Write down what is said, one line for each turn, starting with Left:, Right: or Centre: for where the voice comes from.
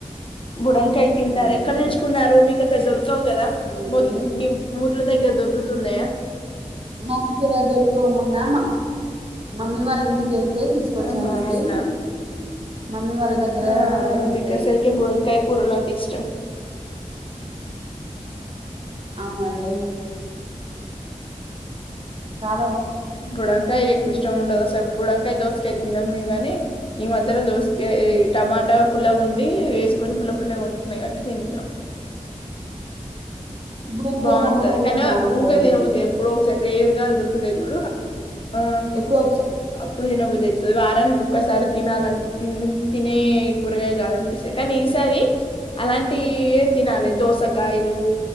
Left: బుడంకాయ్ తింటార?
Right: ఉమ్,
Left: ఎక్కడ తెచ్చుకున్నారూ? మీకక్కడ దొరకవు గదా
Right: మీరండి
Left: మొత్తం మీ ఊర్ల దగ్గర దొర్కుతున్నయా?
Right: మాకిిక్కడ దొరుకవ్ మొన్నా మ మమ్మీ వాల్లింటికి కెల్తే తీసుకొచ్చానండి.
Left: ఆహా అవునా
Right: మమ్మీ వాళ్ళ దగ్గరా
Left: ఆ
Right: దొరుకుతయి
Left: మీకు అసలుకే బుడంకాయ కూరలు అంటే ఇష్టం
Right: అవునండి చాల్
Left: బుడంకాయ్ ఎక్కువిష్టం ఉండదస్సలు బుడంకాయ్ దోసకాయ్ తినం మేం గని ఈ మధ్యలో దోస్కి టమాటా పుల్లగుండి వేసుకొని పుల్ల పుల్లగా వొండ్ టున్నయ్ గాబట్టి తింట్నవ్
Right: బుడంకాయ
Left: బావుంటది
Right: టమాటా కూడా
Left: కనీ
Right: బాగుంటదండి
Left: ఊకే తినబుద్దిగాద్ ఎప్పుడోకసారి రేర్ గా దొరుకుతయి చూడు ఆ
Right: ఎప్పుడోకసార్
Left: అప్పుడు తినబుద్ధయితది వారానికి ఒక్కసారి తినాలన్
Right: ఇ-
Left: తిన్ తినే కూరగాయ కాదనిపిస్తయి కనీ ఈసారి అలాంటియి ఏద్తినాలి దోసకాయలు